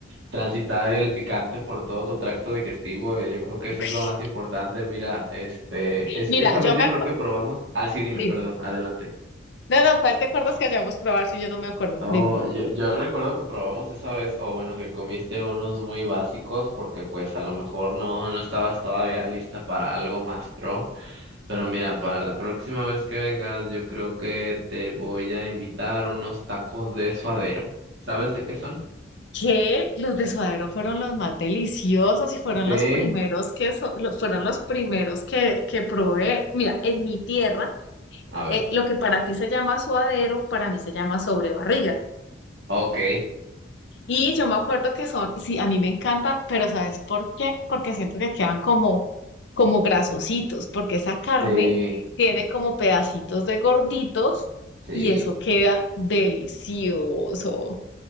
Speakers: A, on the right; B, on the left.
A: transitar el picante por todo tu tracto digestivo. eh, Yo creo que
B: <laughs>
A: eso es lo más importante. Mira, este es
B: Mira,
A: esa
B: yo
A: vez
B: me
A: yo
B: acuerdo,
A: creo que probamos. Ah, sí, dime,
B: dime.
A: perdón, adelante.
B: No, no, ¿cuál te acuerdas que hayamos probado si yo no me acuerdo?
A: Oh,
B: Dime.
A: yo, yo recuerdo que probamos esa vez, o bueno, que comiste unos muy básicos porque pues a lo mejor no, no estabas todavía lista para algo más pro. Pero mira, para la próxima vez que vengas, yo creo que te voy a invitar unos tacos de suadero. ¿Sabes de qué son?
B: Que los de suadero fueron los más deliciosos y fueron
A: Sí.
B: los primeros que so- lo- fueron los primeros que, que probé. Mira, en mi tierra
A: A ver.
B: eh, lo que para ti se llama suadero, para mí se llama sobrebarriga.
A: Ok.
B: Y yo me acuerdo que son, sí, a mí me encantan, pero ¿sabes por qué? Porque siento que quedan como, como grasositos, porque esa carne
A: Sí,
B: tiene como pedacitos de gorditos
A: sí.
B: y eso queda delicioso.